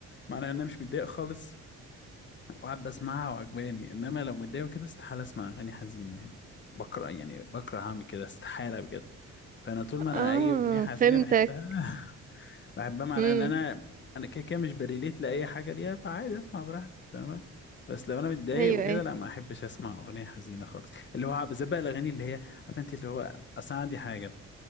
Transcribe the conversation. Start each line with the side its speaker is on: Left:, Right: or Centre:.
Left: معنى ان انا مش متضايق خالص وقاعد بسمعها وعجباني انما لو متضايق وكده استحاله اسمع اغاني حزينه يعني بكره يعني بكره اعمل كده استحاله بجد فانا طول ما انا
Right: اه
Left: اي اغنيه حزينه
Right: فهمتك
Left: <laughs> بحبها بحبها معناها
Right: امم
Left: ان انا انا كده كده مش بريليت لاي حاجه ليها فعادي اسمع براحتي فاهمة بس لو انا متضايق
Right: ايوه
Left: وكده
Right: ايوه
Left: لا ما احبش اسمع اغنيه حزينه خالص اللي هو بالذات بقى الاغاني اللي هي عارفه انت اللي هو اصل أنا عندي حاجه